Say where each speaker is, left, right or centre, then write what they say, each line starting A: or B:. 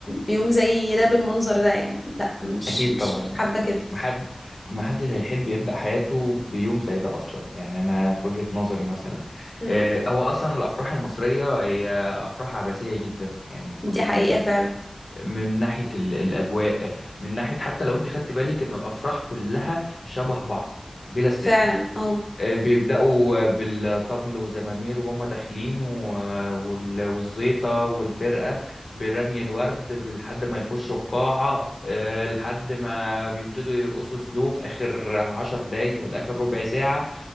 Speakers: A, on the left; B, on the left.
A: بيوم زي ده بالمنظر ده يعني لا مش
B: اكيد
A: مش
B: طبعا
A: مش
B: يعني
A: حابه كده
B: محد محدش هيحب يبدا حياته بيوم زي ده اصلا يعني انا في وجهه نظري مثلا
A: مم.
B: آه، هو اصلا الافراح المصريه هي افراح عباسيه جدا يعني في
A: دي
B: وجهه
A: حقيقه
B: نظري
A: فعلا
B: من ناحيه ال- الاجواء من ناحيه حتى لو انت خدت بالك انه الافراح كلها شبه بعض بلا استثناء
A: فعلا اه
B: آه، بيبدأوا آه، بالطبل وزمامير وهم داخلين و- آه، وال- والزيطة والفرقة برمي الورد لحد ما يخشوا القاعة آه، لحد ما بيبتدوا يرقصوا سلو في آخر عشر دقايق ولا آخر ربع ساعة